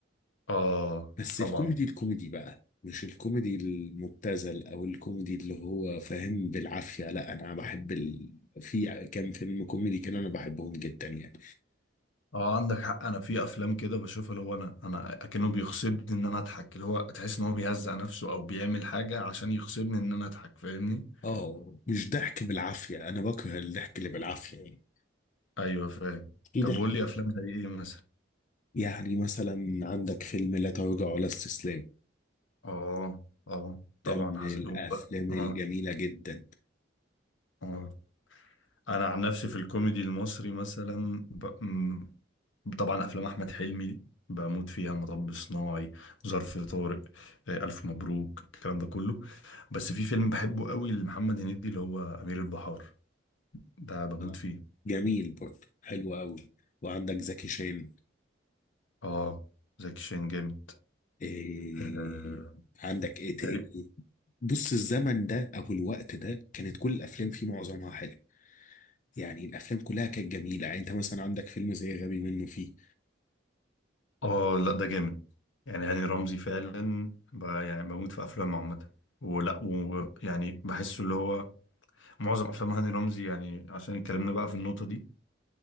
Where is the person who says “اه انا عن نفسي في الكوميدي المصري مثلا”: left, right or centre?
Left